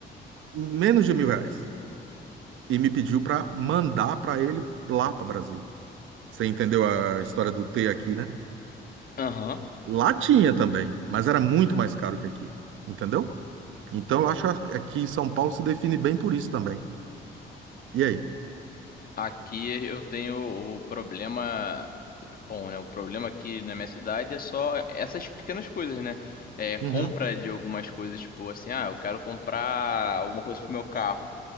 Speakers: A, on the right; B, on the left.
A: menos de mil reais. E me pediu para mandar para ele lá para Brasília. Você entendeu a história do T aqui, né?
B: Aham.
A: Lá tinha também, mas era muito mais caro que aqui. Entendeu? Então, eu acho que é que São Paulo se define bem por isso também. E aí?
B: Aqui eu tenho o problema. Bom, né? O problema aqui na minha cidade é só essas pequenas coisas, né? É
A: Uhum,
B: compra de algumas coisas, tipo assim, ah, eu quero comprar alguma coisa pro meu carro.